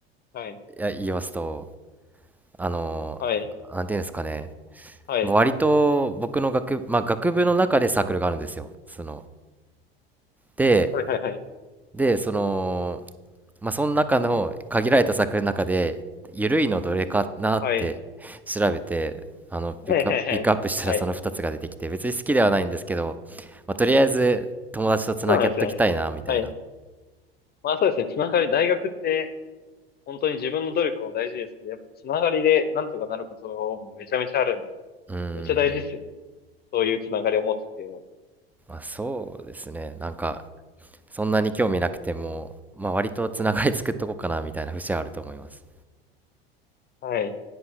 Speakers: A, on the left; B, in the centre.
A: はい、
B: いや言いますと、あの、
A: はい、
B: なんていうんですかね、
A: はい、
B: 割と僕の学、まあ学部の中でサークルがあるんですよ。その、で、
A: はいはいはい。
B: で、その、まあ、その中の限られた作品の中で、緩いのどれかなって
A: はい。
B: <laughs> 調べて、あの、ピックアップ、
A: はいはいはい。
B: ピックアップしたらその2つが出てきて、
A: はい。
B: 別に好きではないんですけど、まあ、とりあえず友達とつなげときたいな、
A: そうなんですね。
B: みたいな。
A: はい。まあそうですね。つながり、大学って本当に自分の努力も大事ですけど、やっぱつながりでなんとかなることもめちゃめちゃあるんで、
B: うーん。
A: めちゃ大事ですよね。そういうつながりを持つっていうの
B: まあ、そうですね。なんか、そんなに興味なくても、まあ、割とつながり作っとこうかな、みたいな節はあると思います。
A: は。はい。